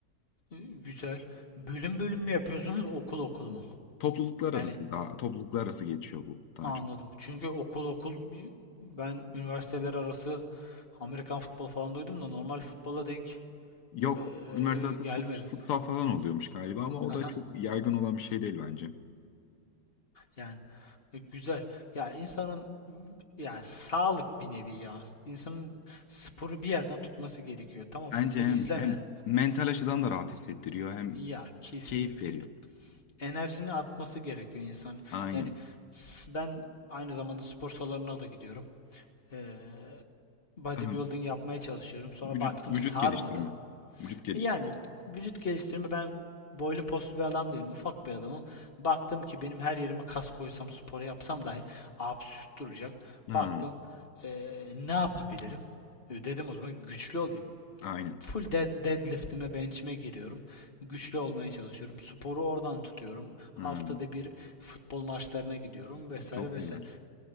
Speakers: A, on the left; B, on the left.
A: E, Güzel. Bölüm bölüm mü yapıyorsunuz, okul okul mu?
B: Topluluklar
A: Yani
B: arası daha topluluklar arası geçiyor bu daha
A: anladım.
B: çok.
A: Çünkü okul okul bir- ben üniversiteler arası Amerikan futbolu falan duydum da normal futbola denk
B: Yok
A: e,
B: üniversite arası
A: gelmedim.
B: fut- futsal falan oluyormuş galiba ama o
A: Haha.
B: da çok yaygın olan bir şey değil bence.
A: Yani E, Güzel. Ya insanın m, yani sağlık bir nevi ya. İnsanın sporu bir yerden tutması gerekiyor. Tamam futbol
B: Bence hem,
A: izleme.
B: hem mental açıdan da rahat hissettiriyor hem
A: Ya kesinlikle.
B: keyif veriyor.
A: Enerjini atması gerekiyor insan.
B: Aynen.
A: Yani s- ben aynı zamanda spor salonuna da gidiyorum. Ee, bodybuilding
B: <clears throat>
A: yapmaya çalışıyorum. Sonra
B: Vücut
A: baktım
B: vücut
A: sarmadı.
B: geliştirme. Vücut geliştirme.
A: E, Yani vücut geliştirme ben boylu postlu bir adam değilim. Ufak bir adamım. Baktım ki benim her yerime kas koysam, spor yapsam dahi absürt duracak.
B: Ha,
A: Baktım eee, ne yapabilirim? E, Dedim o zaman güçlü olayım.
B: aynen.
A: Full dead, deadlift'ime, bench'ime giriyorum. Güçlü olmaya çalışıyorum. Sporu oradan tutuyorum. Haftada
B: Ha,
A: bir futbol maçlarına gidiyorum vesaire
B: çok
A: vesaire.
B: güzel.